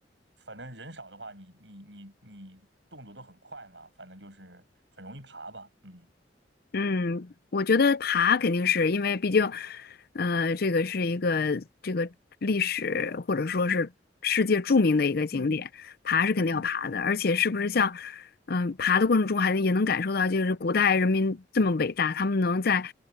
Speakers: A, on the right; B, on the left.
A: 反正人少的话，你你你你动作都很快嘛，反正就是很容易爬吧，嗯
B: 嗯，我觉得爬肯定是因为毕竟，呃，这个是一个这个历史或者说是世界著名的一个景点，
A: 嗯
B: 爬是肯定要爬的。
A: 嗯哼，
B: 而且是不是像，嗯，爬的过程中还能也能感受到，就是古代人民这么伟大，他们能在。